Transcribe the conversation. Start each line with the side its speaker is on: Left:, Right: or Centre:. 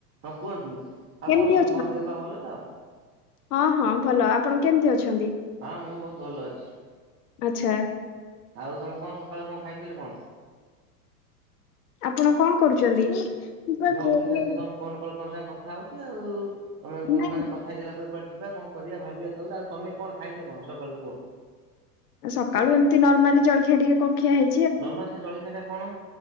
Right: ହଁ କୁହନ୍ତୁ, ଆଉ
Left: କେମିତି
Right: କଣ ସବୁ
Left: ଅଛନ୍ତି?
Right: ଖବର ଦେହ ପା ଭଲ ତ।
Left: ହଁ ହଁ ଭଲ ଆପଣ କେମିତି ଅଛନ୍ତି?
Right: ହଁ ମୁଁ ବହୁତ ଭଲ ଅଛି।
Left: ଆଚ୍ଛା।
Right: ଆଉ ତମେ କଣ ସକାଳେ କଣ ଖାଇଥିଲେ କଣ?
Left: ଆପଣ କଣ କରୁଛନ୍ତି? ପା
Right: ମୁଁ ଅଭିକା
Left: ଖୋଇନି।
Right: ତମେ ଫୋନ କଲ ତମ ସାଙ୍ଗେ କଥା ହଉଛି ଆଉ ତମ
Left: ନାଇଁ,
Right: ମାନେ କଥା ହେଇସାଇଲା ପରେ କୁଆଡେ଼ ଯିବା କଣ କରିବା ଭାବିବା ତାପରେ ଆଉ ତମେ କଣ ଖାଇଛ କଣ ସକାଳୁ କୁହ?
Left: ଆ ସକାଳୁ ଏମିତି ନର୍ମାଲି ଜଳଖିଆ ଟିକେ କଂଖିଆ ହେ
Right: ନର୍ମାଲ ସେ ଜଳିଖିଆଟା କଣ